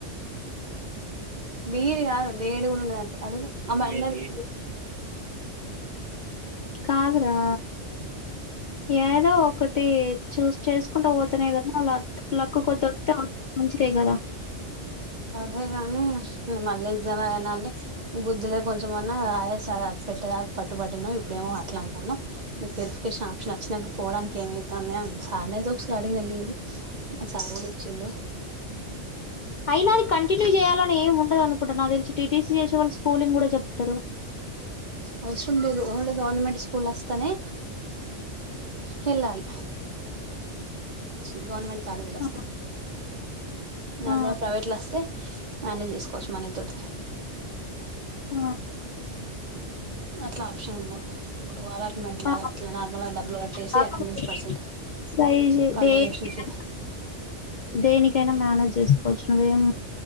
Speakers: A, on the right; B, on the left.
A: బిఏడి కాదు డిఏడ్ కూడ ఉన్నదట అడుగు ఆమే అన్నది
B: కాదురా ఏదో ఒకటి చూస్ చేసుకుంట పోతనే కదా ల లక్కు కొద్ది వస్తే మంచిదే కదా
A: అదే కాని నేను మళ్ళీ ఎగ్జామ్ రాయాలన అంటే బుద్ధులే కొంచెంమన్నా రాయ సార్ పెట్టేదాకా పట్టుబట్టినవ్ ఇప్పుడేమో అట్లా అంటానవ్ నీకు వెరిఫికేషన్ ఆప్షన్ వచ్చినాక పోవడానికి ఏమయితందే సార్ని అయితే ఒకసారి అడుగండి ఆ సార్ కూడా ఇచ్చిండు
B: అయినా అది కంటిన్యూ చేయాల ని ఏముండదు అనుకుంటున్నా నాకు తెలిసి టీటిసీ చేసేవాళ్ళు స్కూలింగ్ కూడా చెప్తారు
A: అవసరం లేదు ఓన్లీ గవర్నమెంట్ స్కూల్ వస్తేనే వెళ్ళాలి చి గవర్నమెంట్ కాలేజీలు వస్తే
B: ఆ.
A: నార్మల్గా
B: ఆ.
A: ప్రైవేట్లు లో వస్తే మేనేజ్ చేసుకోవచ్చు మన తోటి
B: ఆ
A: అట్లా ఆప్షన్ ఉన్నాయి ఇప్పుడు అలా మట్లగా
B: ఆ
A: ఇట్లగా నార్మల్గా డబ్బులు కట్టేసి
B: కాకపోతే
A: అటెండెన్స్ పర్సంటేజ్
B: ట్రై చే-
A: కండోనేషన్
B: దేనికైనా
A: ఫీజు
B: దేనికైనా మేనేజ్ చేసుకోవచ్చు నువ్వేం